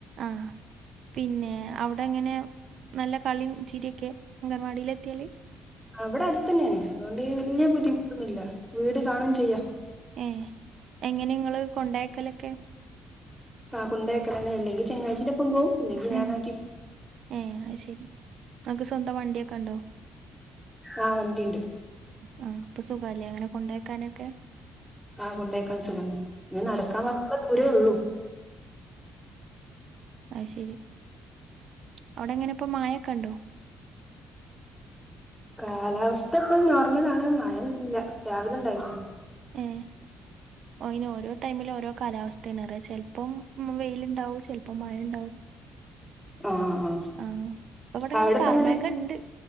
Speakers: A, on the right; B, in the centre.
A: ആഹ് പിന്നെ അവിടെ എങ്ങനെ നല്ല കളിയും ചിരിയൊക്കെ. അംഗൻവാടിയില് എത്തിയാല്.
B: അവിടെ അടുത്ത് തന്നെയാണ് അതുകൊണ്ട് വല്യ ബുദ്ധിമുട്ടൊന്നുമില്ല വീട് കാണകയും ചെയ്യാം.
A: ഏ എങ്ങനെ കൊണ്ടായക്കലൊക്കെ.
B: ആ കുണ്ടേയ് അക്കാല് തന്നെ അല്ലെങ്കിൽ ചങ്ങായിച്ചിന്റെ ഒപ്പം പോവും. അല്ലെങ്കി
A: ഉം
B: ഞാനാക്കി
A: ഏ അയ്ശെരി നിങ്ങക്ക് സ്വന്തം വണ്ടിയൊക്കെ ഉണ്ടോ?
B: ആഹ് വണ്ടിയുണ്ട്.
A: ആ അപ്പൊ സുഖല്ലേ അങ്ങനെ കൊണ്ടായ്ക്കാനൊക്കെ.
B: ആഹ കൊണ്ടോക്കാൻ സുഖമാണ് നീ നടക്കാൻ മാത്രുള്ള ദൂരേ ഉള്ളു
A: അ ശരി അവിടെ എങ്ങനെ ഇപ്പോൊ മായൊക്കെ ഉണ്ടോ
B: കാലാവസ്ഥ ഇപ്പൊ നോർമൽ ആണ മയംല്ല രാവിലെ ഉണ്ടായിരുന്നു
A: മ് അയ്‌ന് ഓരോ ടൈമില ഓരോ കാലാവസ്ഥോണ് അറിയ ചെിലപ്പം വെയിലുണ്ടാവും ചിലപ്പോം മഴ ഉണ്ടാവും
B: ആ ആ
A: ആഹ അപ്പ ഇവിടെ ഇങ്ങനെ
B: അവിടെപ്പ
A: കർമേക
B: എങ്ങനെ
A: ഇണ്ട്